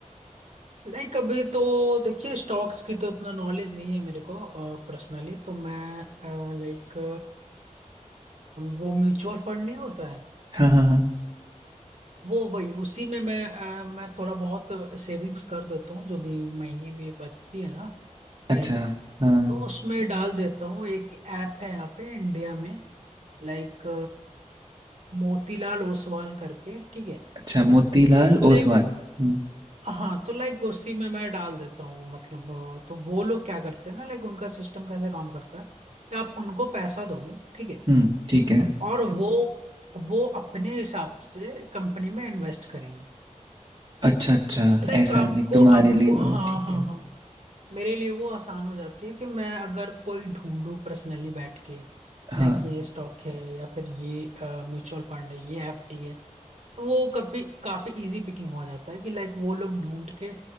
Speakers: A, on the right; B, on the right.
A: लाइक अभी तो देखिए स्टॉक्स की तो इतना नॉलेज नहीं है मेरे को पर्सनली तो मैं लाइक वो म्यूचुअल फंड नहीं होता है
B: हाँ हाँ हाँ
A: वो भाई उसी में मैं अ, मैं थोड़ा बहुत सेविंग्स कर देता हूँ जो भी महीने में बचती है ना
B: अच्छा
A: लाइक
B: हाँ
A: तो उसमें डाल देता हूँ एक ऐप है यहाँ पे इंडिया में लाइक मोतीलाल ओसवाल करके ठीक है
B: अच्छा मोतीलाल
A: लाइक
B: ओसवाल हम्म
A: हाँ तो लाइक उसी में मैं डाल देता हूँ मतलब अ, तो वो लोग क्या करते हैं ना लाइक उनका सिस्टम कैसे काम करता है कि आप उनको पैसा दोगे ठीक है
B: हम्म ठीक है
A: और वो वो अपने हिसाब से कंपनी में इन्वेस्ट करेंगे
B: अच्छा अच्छा
A: लाइक
B: ऐसा
A: आपको
B: नहीं तुम्हारे
A: आपको
B: लिए वो
A: हाँ
B: ठीक
A: हाँ
B: है
A: हाँ मेरे लिए वो आसान हो जाती है कि मैं अगर कोई ढूंढूं पर्सनली बैठ के
B: हाँ
A: लाइक ये स्टॉक है या फिर ये म्यूचुअल फंड है ये एफडी है वो कभी काफी इजी पिकिंग हो जाता है कि लाइक वो लोग ढूंढ के